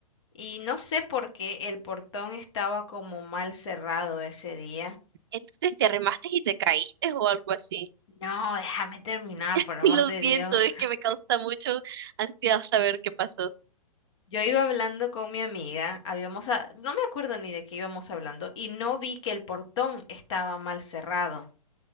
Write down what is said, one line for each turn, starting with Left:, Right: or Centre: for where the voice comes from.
Left: Y no sé por qué el portón estaba como mal cerrado ese día.
Right: Entonces te arrimaste y te caíste o algo así.
Left: No, déjame terminar,
Right: <laughs>
Left: por amor
Right: Lo
Left: de
Right: siento,
Left: Dios.
Right: es que me causa mucho ansiedad saber qué pasó.
Left: Yo iba hablando con mi amiga, habíamos, a- no me acuerdo ni de qué íbamos hablando, y no vi que el portón estaba mal cerrado.